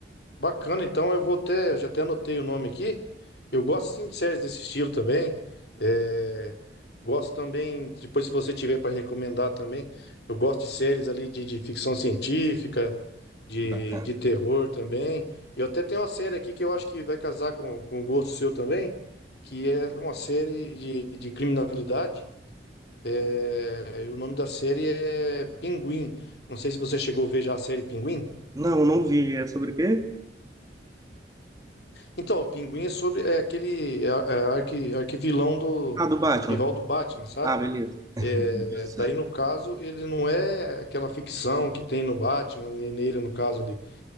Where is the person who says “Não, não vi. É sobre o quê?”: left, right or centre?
Right